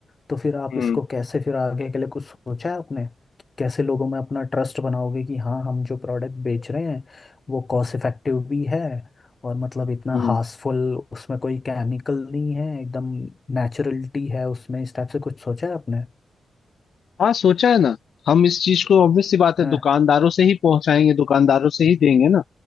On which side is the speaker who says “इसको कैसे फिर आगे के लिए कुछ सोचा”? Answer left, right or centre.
Left